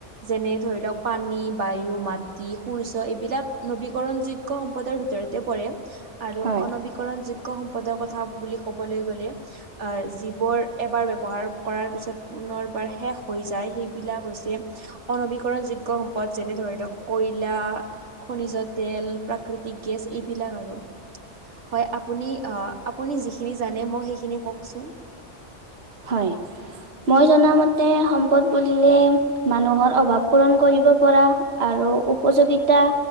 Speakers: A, on the right (about 85°); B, on the right (about 60°).
A: যেনে ধৰি লওক-পানী, বায়ু, মাটি, সূৰ্য এইবিলাক নৱীকৰণযোগ্য সম্পদৰ ভিতৰতে পৰে আৰু
B: হয়,
A: অনৱীকৰণযোগ্য সম্পদৰ কথা কথা বুলি ক'বলৈ গ'লে। অহ, যিবোৰ এবাৰ ব্যৱহাৰ কৰাৰ পিছত পুনৰবাৰ শেষ হৈ যায়, সেইবিলাক হৈছে অনৱীকৰণযোগ্য সম্পদ, যেনে ধৰি লওক, কয়লা, খনিজ তেল, প্ৰাকৃতিক গেছ এইবিলাক আৰু। হয়, আপুনি, আপুনি যিখিনি জানে মোক সেইখিনি কওঁকচোন।
B: হয়। মই জনামতে সম্পদ বুলিলে। মানুহৰ অভাৱ পূৰণ কৰিব পৰা আৰু উপযোগিতা।